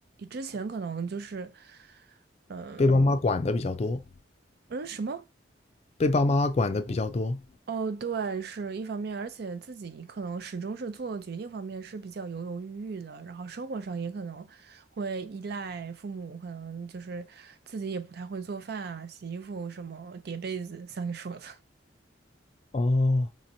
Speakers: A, on the right; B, on the left.
A: 之前可能就是嗯
B: 被爸妈管的比较多，
A: 嗯什么。
B: 被爸妈管的比较多。
A: 哦，对，是一方面，而且自己可能始终是做决定方面是比较犹犹豫豫的，然后生活上也可能会依赖父母，可能就是自己也不太会做饭啊、洗衣服什么、叠被子，像你说的，
B: 哦，